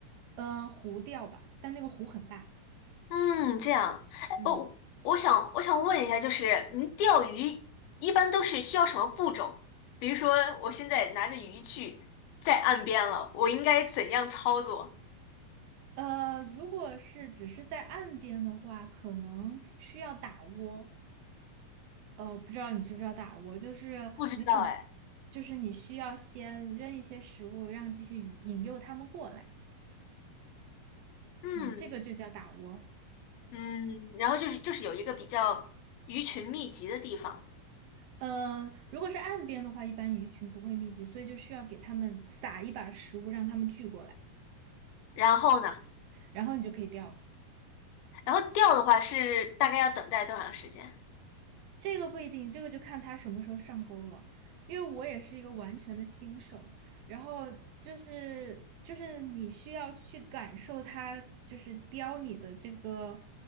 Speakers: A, on the right; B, on the left.
A: 嗯，湖钓吧，但那个湖很大。
B: 嗯，这样。哎，
A: 嗯。
B: 我我想我想问一下，就是您钓鱼一般都是需要什么步骤？比如说我现在拿着渔具在岸边了，我应该怎样操作？
A: 呃，如果是只是在岸边的话，可能需要打窝。呃，不知道你知不知道打窝，就是你肯，
B: 不知道哎。
A: 就是你需要先扔一些食物，让这些鱼引诱它们过来。
B: 嗯，
A: 嗯，这个就叫打窝。
B: 嗯，然后就是就是有一个比较鱼群密集的地方，
A: 嗯、呃如果是岸边的话，一般鱼群不会密集，所以就需要给它们撒一把食物，让它们聚过来，
B: 然后呢，
A: 然后你就可以钓了。
B: 然后钓的话是大概要等待多长时间？
A: 这个不一定，这个就看他什么时候上钩了。因为我也是一个完全的新手，然后就是就是你需要去感受它，就是叼你的这个